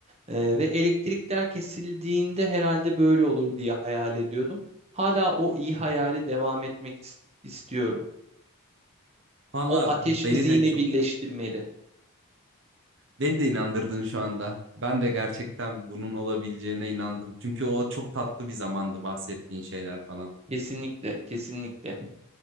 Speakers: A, on the right; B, on the right.
A: Ee, ve elektrikler kesildiğinde herhalde böyle olur diye hayal ediyordum. Hala o iyi hayali devam etmek is- istiyorum.
B: <laughs> Valla
A: O ateş
B: beni
A: bizi yine
B: de çok
A: birleştirmeli.
B: beni de inandırdın şu anda. Ben de gerçekten bunun olabileceğine inandım. Çünkü o çok tatlı bir zamandı bahsettiğin şeyler falan.
A: Kesinlikle, kesinlikle.